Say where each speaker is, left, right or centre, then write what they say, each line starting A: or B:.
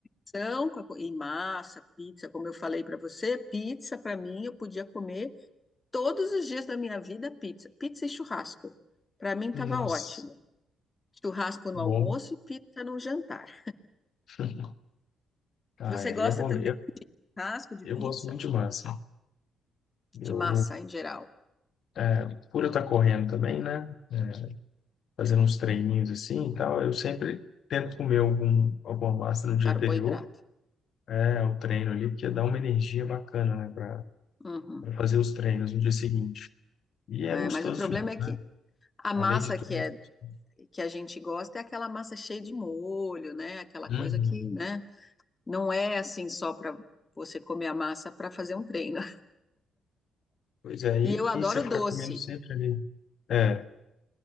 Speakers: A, on the left; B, on the left.
A: são com a co- e massa, pizza, como eu falei para você, pizza para mim eu podia comer todos os dias da minha vida pizza, pizza e churrasco. Para mim estava
B: Nossa,
A: ótimo. Churrasco no
B: bom.
A: almoço, pizza no jantar.
B: <laughs> Ah,
A: Você
B: aí
A: gosta
B: é bom.
A: também
B: Eu,
A: de churrasco, de
B: eu
A: pizza,
B: gosto muito de massa. Eu,
A: de massa em geral,
B: é, por eu estar correndo também, né? É, fazendo uns treininhos assim e tal, eu sempre tento comer algum, alguma massa no
A: de
B: dia
A: carboidrato.
B: anterior, é, ao treino ali, porque dá uma energia bacana, né? Para
A: Uhum.
B: fazer os treinos no dia seguinte. E
A: É,
B: é gostoso
A: mas o problema
B: demais,
A: é que
B: né?
A: a
B: Além
A: massa
B: de tudo,
A: que
B: é
A: é
B: muito gostoso.
A: que a gente gosta é aquela massa cheia de molho, né? Aquela
B: Uhum.
A: coisa que, né, não é assim só para você comer a massa para fazer um treino.
B: Pois é, e,
A: E eu adoro
B: e você ficar
A: doce.
B: comendo sempre ali. É,